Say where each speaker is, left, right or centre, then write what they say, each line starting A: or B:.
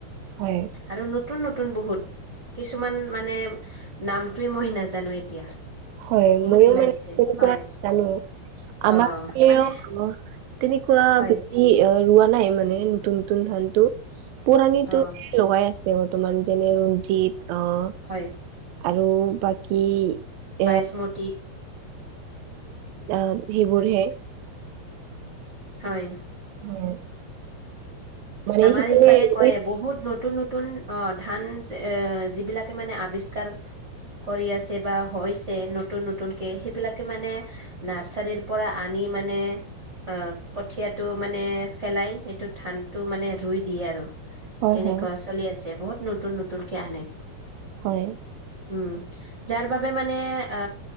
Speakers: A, on the right; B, on the right.
A: হয়।
B: আৰু নতুন নতুন বহুত কিছুমান মানে নামটোৱে মই নাজানো এতিয়া।
A: হয়
B: বহুত
A: মইও
B: ওলাইছে
A: মানে কনে
B: হয়
A: কোৱা জানো আমাৰ
B: অ
A: ফালেও
B: মানে
A: তেনেকুৱা
B: হয়
A: ব্যক্তি ৰোৱা নাই মানে নতুন নতুন ধান টো পোৰণিটো
B: অ
A: লগাই আছে বৰ্তমান যেনে ৰঞ্জিত আহ
B: হয়
A: আৰু বাকী
B: বাইচমতি
A: এ আম সেইবোৰহে
B: উম হয়
A: হয় মানে
B: আমাৰ
A: সেইফালে
B: ইফালে
A: এইবোৰে
B: কৰে বহুত নতুন নতুন অ ধান যে যিবিলাকে মানে আৱিষ্কাৰ কৰি আছে বা হৈছে নতুন নতুনকে সেইবিলাকে মানে নাৰ্চাৰীৰ পৰা আনি মানে অ কঠিয়াটো মানে ফেলাই সেইটো ধান টো মানে ৰুই দিয়ে আৰু
A: হয়
B: তেনেকুৱা
A: হয়
B: চলি আছে বহুত নতুন নতুনকে আনে
A: হয়
B: উম যাৰ বাবে মানে আ